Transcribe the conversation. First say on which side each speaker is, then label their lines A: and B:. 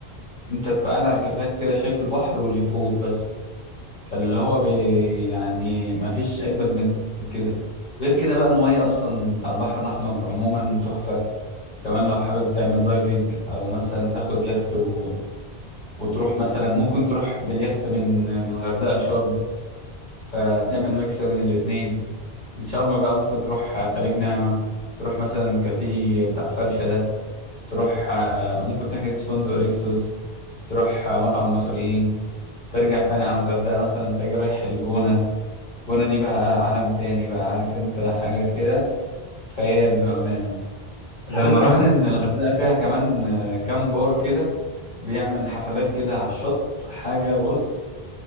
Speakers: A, on the left; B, on the left.
A: انت تبقى قاعد على الكافيهات كده شايف البحر واليخوت بس فاللي هو بي يعني ما فيش اجمد من كده غير كده بقى المياه اصلا بتاع البحر الاحمر عموما تحفه كمان لو حابب تعمل دايفنج او مثلا تاخد يخت و... وتروح مثلا ممكن تروح باليخت من من غردقة لشرم فتعمل ميكس بين الاتنين من شرم بقى ممكن تروح خليج نعمة تروح مثلا كافيه بتاع فرشة ده تروح آه، ممكن تحجز في فندق ريكسوس تروح آه، مطعم المصريين ترجع تاني على الغردقة مثلا تجي رايح الجونة الجونة دي بقى عالم تاني بقى عارف انت حاجة كده خيال بأمانة
B: لما
A: وغير كمان
B: رحت
A: ان
B: مم.
A: الغردقه فيها كمان آه، كام بار كده بيعمل حفلات كده على الشط حاجه بص